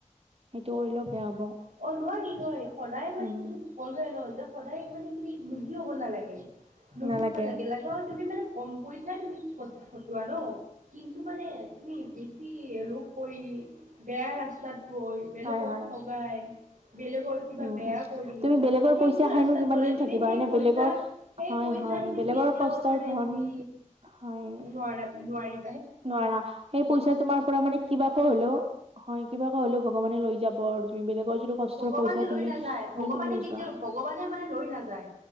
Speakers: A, on the right; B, on the right.
A: সেইটো
B: অ
A: কৰিলেও বেয়া হ'ব
B: নোৱাৰি নোৱাৰি সদায় মানে
A: উম
B: তুমি <unintelligible> যে সদায় মানে তুমি লোভি হ'ব নালাগে লোভি
A: নালাগে
B: <unintelligible> লাগে হলে তুমি মানে কম পইচাই তুমি খ খটোৱা ন কিন্তু মানে তুমি বেছি লোভ কৰি বেয়া ৰাস্তাত গৈ বেলেগক
A: হয় হয়
B: ঠগাই বেলেগৰ কিবা
A: উম
B: বেয়া
A: উম
B: কৰি
A: তুমি বেলেগৰ
B: সেইটো
A: পইচা
B: ৰাস্তাত
A: খাইনো কিমান
B: গলে
A: দিন
B: তুমি
A: থাকিবা
B: সেই
A: হয়নে
B: পইছা
A: বেলেগৰ
B: সেই
A: হয়
B: পই
A: হয়
B: সেই তুমি
A: বেলেগৰ
B: কেতিয়াও
A: কষ্টৰ
B: মানে
A: ধন
B: তুমি
A: হয়
B: নোৱাৰা নোৱাৰি
A: নোৱাৰা সেই পইচা তোমাৰ পৰা মানে কিবাকৈ হলেও হয় কিবাকৈ হলেও ভগৱানে লৈ যাব আৰু। বেলেগৰ যিটো কষ্টৰ
B: ভগৱানে
A: পইচা
B: লৈ
A: তুমি
B: নাযায়
A: যদি
B: ভগৱানে
A: লৈ
B: কেতিয়াও
A: যোৱা। <inaudible>
B: ভগৱানে মানে লৈ নাযায়।